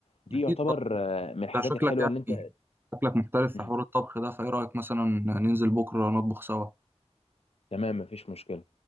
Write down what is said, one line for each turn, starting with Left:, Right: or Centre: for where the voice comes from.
Left: دي
Right: أكيد
Left: يعتبر
Right: طبعا
Left: آه، من الحاجات
Right: أنت شكلك
Left: الحلوه
Right: يعني
Left: اللي انت
Right: شكلك محترف
Left: مم.
Right: في حوار الطبخ ده فإيه رأيك مثلا ننزل بكرة نطبخ سوا
Left: تمام مفيش مشكله